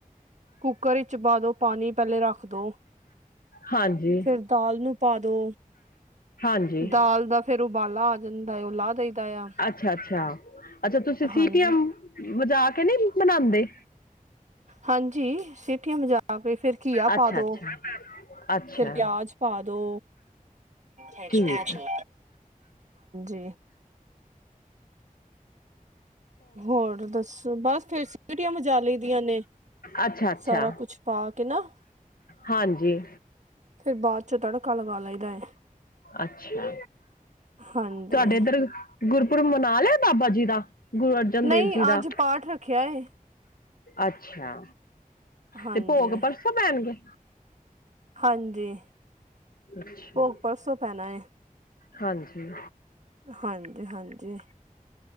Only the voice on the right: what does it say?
ਕੁੱਕਰ ਵਿੱਚ ਪਾ ਦੋ ਪਾਣੀ ਪਹਿਲੇ ਰੱਖ ਦੋ,
ਫਿਰ ਦਾਲ ਨੂੰ ਪਾ ਦੋ,
ਦਾਲ ਦਾ ਫੇਿਰ ਉਬਾਲਾ ਆ ਜਾਂਦਾ ਏ, ਉਹ ਲਾਹ ਦਈਦਾ ਆ
ਹਾਂਜੀ
ਹਾਂਜੀ ਸਟੀਆਂ ਮਜਾ ਕੇ ਫਿਰ ਘੀਆ
ਪਾ ਦੋ,
ਫਿਰ ਪਿਆਜ ਪਾ ਦੋ ਹਾਂਜੀ
ਜੀ ਹੋਰ ਦੱਸੋ ਬਸ ਫੇਰ ਸਟੀਆਂ ਮਜਾਲ ਦੀਆਂ ਨੇ
ਸਾਰਾ ਕੁਛ ਪਾ ਕੇ ਨਾ
ਫਿਰ ਬਾਅਦ ਚੋਂ ਤੜਕਾ ਲਗਾ ਲਈਦਾ ਹੈ
ਹਾਂਜੀ
ਨਹੀਂ
ਅੱਜ ਪਾਠ ਰੱਖਿਆ ਹੈ
ਹਾਂਜੀ
ਹਾਂਜੀ,
ਭੋਗ ਪਰਸੋਂ ਪੈਣਾ
ਹਾਂਜੀ ਹਾਂਜੀ